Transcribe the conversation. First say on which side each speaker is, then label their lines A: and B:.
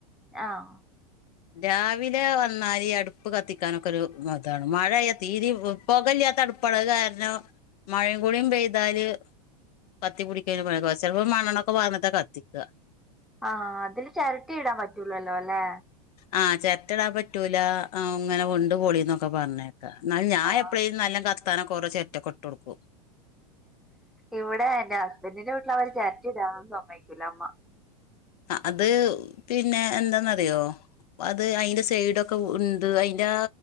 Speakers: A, in the centre; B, on the left.
A: ആഹ്.
B: രാവിലെ വന്നാല് ഈ അടുപ്പ് കത്തിക്കാനൊക്കെ ഒരു മ താണ് മഴയ്യ തീരിം പൊകല്ലാതടുപ്പാണ് അഹ് കാരണം. മഴ കൂടിം പെയ്താല്. കത്തിപിടിക്ക <unintelligible> ചലപ്പോ മണ്ണൊക്കെ പാർനിട്ട കത്തിക്ക
A: ആഹ് അതില് ചെരട്ട ഇടാൻ പറ്റുള്ളല്ലോ ല്ലെ
B: ആഹ് ചെര്ട്ടടാ പറ്റൂല അ ഇങ്ങനെ വിണ്ട്പൊളിന്നൊക്കെ പറഞ് എന്നാൽ ഞാൻ
A: ആഹ്
B: എപ്പഴും നല്ലാ കത്താന കുറോ ചെര്റ്റ കൊട്ട് കൊടുക്കും.
A: ഇവിടെ എന്റെ ഹസ്ബൻഡിന്റെ വീട്ടിൽ അവർ ചിരട്ട ഇടാൻ സമ്മതിക്കൂല്ല അമ്മ
B: അത് പിന്നെ എന്താന്നറിയോ അത് അതിന്റെ സൈഡൊക്കെ ഉണ്ട് അതിൻ്റെ